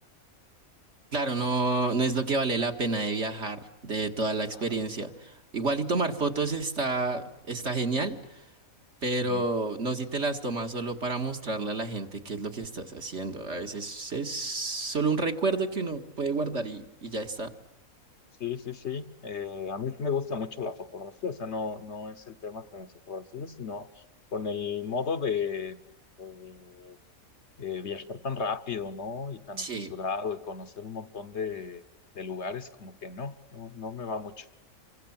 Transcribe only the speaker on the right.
Claro, no, no es lo que vale la pena de viajar, de toda la experiencia.
Igual y tomar fotos está, está genial, pero
no si te las tomas solo para mostrarle a la gente qué es lo que estás haciendo. A veces es solo un recuerdo que uno puede guardar y, y ya está.
Sí.